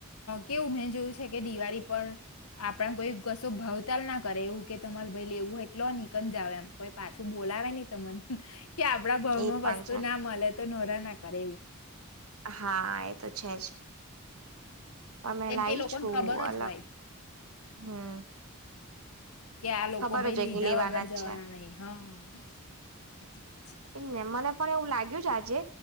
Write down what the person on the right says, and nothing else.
એ પણ
છે
હા એ તો છે જ. અમે
લાવ
છું
અલગ
હમ.
ખબર
જ હોય
કે લેવાના
જ
છે
એ ને મને પણ એવું લાગ્યું છે આજે